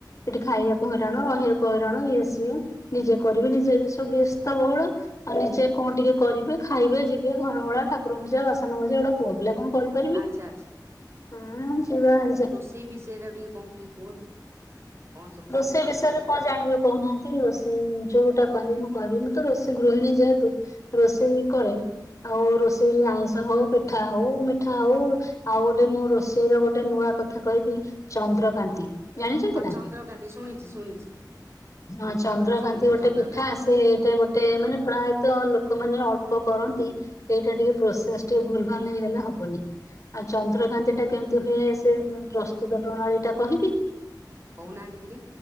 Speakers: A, on the left; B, on the right.
A: ଏଠି ଖାଇବାକୁ ହଇରାଣ ରହିବାକୁ ହଇରାଣ ଇଏ ସିଏ। ନିଜେ କରିବେ
B: ଆଚ୍ଛା
A: ନିଜେ ସବୁ ବ୍ୟସ୍ତ ବହୁଳ ଆଉ ନିଜେ କଣ ଟିକେ କରିବେ। ଖାଇବେ ଯିବେ ଘର ଓଳା ଠାକୁର ପୂଜା ବାସ୍ ସାନ ମଜା ଏଉଡା
B: ଆଚ୍ଛା
A: ପୁଅ ପିଲା କଁ କରିପାରିବେ
B: ଆଚ୍ଛା
A: ହୁଁ ସେଇ ଭଳିଆ ହାଲଚା
B: ସେଇ ବିଷୟରେ ଆଉ ଟିକେ କଁ ଟିକେ କୁହନ୍ତୁ। କଣ ସବୁ
A: ରୋଷେଇ
B: ଶିଖିଛନ୍ତି
A: ବିଷୟରେ କଣ ଜାଣିବେ କହୁନାହାନ୍ତି ରୋଷେଇ ଯୋଉଟା କହିବି ମୁଁ କହିବି ମୁଁ ତ ରୋଷେଇ ଗୃହିଣୀ ଯେହେତୁ ରୋଷେଇ କରେ ଆଉ ରୋଷେଇ ଆଇଁଷ ହଉ ପିଠା ହଉ ମିଠା ହଉ ଆଉ ଗୋଟେ ମୁଁ ରୋଷେଇର ଗୋଟେ ନୂଆ କଥା କହିବି ଚନ୍ଦ୍ରକାନ୍ତି। ଜାଣିଛନ୍ତି
B: ହଁ
A: ନା?
B: ଚନ୍ଦ୍ରକାନ୍ତି ଶୁଣିଛି ଶୁଣିଛି।
A: ହଁ
B: ଏ ଫୋନ
A: ଚନ୍ଦ୍ରକାନ୍ତି
B: ରୁ ଶୁଣିଛି
A: ଗୋଟେ
B: ଚନ୍ଦ୍ରକାନ୍ତି
A: ପିଠା ଆସେ ଟେ ଗୋଟେ ମାନେ ପ୍ରାୟତଃ ଲୋକମାନେ ଅଳ୍ପ କରନ୍ତି ଏଇଟା ଟିକେ ପ୍ରୋସେସ୍ ଟିକେ ଭୁଲ୍ ଭାଲ୍ ହେଇଗଲେ ହବନି। ଆଉ ଚନ୍ଦ୍ରକାନ୍ତି ଟା କେମିତି ହୁଏ ସେ ପ୍ରସ୍ତୁତ ପ୍ରଣାଳୀ ଟା କହିବି?
B: କହୁନାହାନ୍ତି ଟିକେ।